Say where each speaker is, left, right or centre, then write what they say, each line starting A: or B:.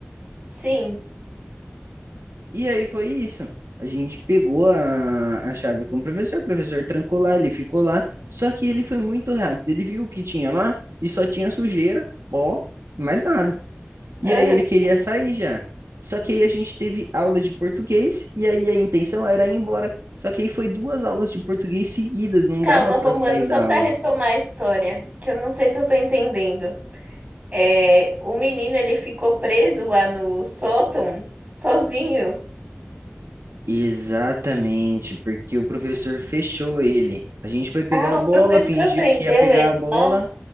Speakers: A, on the right; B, on the right.
A: Sim.
B: E aí foi isso. A gente pegou a, a chave com o professor, o professor trancou lá, ele ficou lá. Só que ele foi muito rápido, ele viu o que tinha lá e só tinha sujeira, pó, mais nada. E
A: Aham.
B: aí ele queria sair já. Só que aí a gente teve aula de português e aí a intenção era ir embora. Só que aí foi duas aulas de português seguidas, não
A: Calma,
B: dava para
A: Romano,
B: sair
A: só
B: da
A: para
B: aula.
A: retomar a história, que eu não sei se eu tô entendendo. É, o menino ele ficou preso lá no sótão sozinho.
B: Exatamente, porque o professor fechou ele. A gente foi pegar
A: Ah,
B: a
A: o
B: bola,
A: professor
B: fingiu
A: prendeu
B: que ia pegar
A: ele
B: a bola.
A: lá.